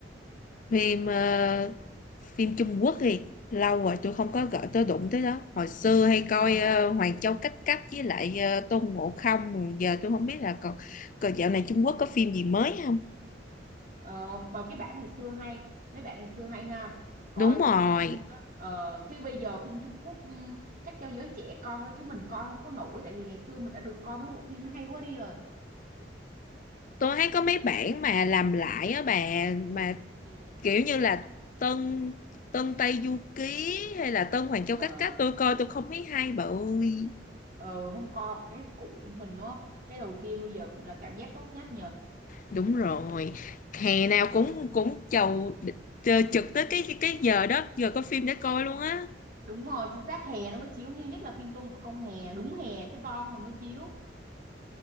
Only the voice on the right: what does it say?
Ờ
Ờ, mà cái bản ngày xưa hay mấy bạn ngày xưa hay ha coi
đúng đỉnh luôn á ờ, chứ bây giờ phim Trung Quốc ừm, chắc cho giới trẻ coi thôi chứ mình coi không có nổi tại vì ngày xưa mình đã được coi mấy bộ phim nó hay quá đi rồi
Ừ.
ờ,
ờ không coi một cái cũ của mình đúng không cái đầu tiên bây giờ cũng là cảm giác tốt nhất nhờ
ừ,
đúng rồi chính xác hè nó mới chiếu như nhất là phim Tôn Ngộ Không hè đúng hè cái ron nó mới chiếu